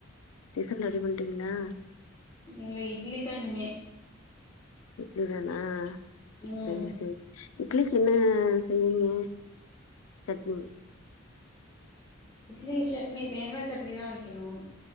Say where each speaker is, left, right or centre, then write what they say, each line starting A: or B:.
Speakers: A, on the left (about 80°); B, on the left (about 20°).
A: டிஃபன் ரெடி பண்ட்டீங்களா
B: இல்ல இட்லி தா இனிமே
A: இட்லி தானா
B: ம்
A: சேர் சேரி இட்லிக்கு என்ன செய்வீங்க சட்னி
B: இட்லிக்கி சட்னி தேங்கா சட்னி தா வெக்கணு